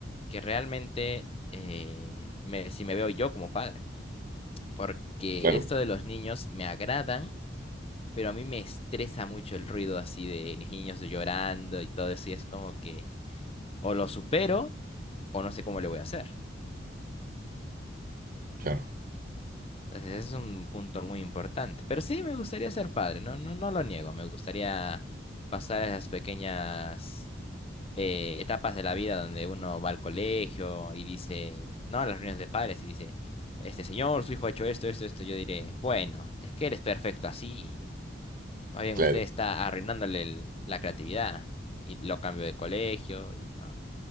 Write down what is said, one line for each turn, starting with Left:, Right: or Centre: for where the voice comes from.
Left: que realmente eh, me- si me veo yo como padre, porque
Right: Claro,
Left: esto de los niños me agradan, pero a mí me estresa mucho el ruido así de niños llorando y todo eso y es como que... o lo supero o no sé cómo le voy a hacer.
Right: claro,
Left: Entonces, ese es un punto muy importante. Pero sí, me gustaría ser padre, no, no, no lo niego. Me gustaría pasar esas pequeñas eh, etapas de la vida donde uno va al colegio y dice, no, a las reuniones de padres y dice, este señor, su hijo ha hecho esto, esto, esto. Yo diré, bueno, es que eres perfecto así. Más bien
Right: claro.
Left: usted está arruinándole el- la creatividad. Y lo cambio de colegio y no.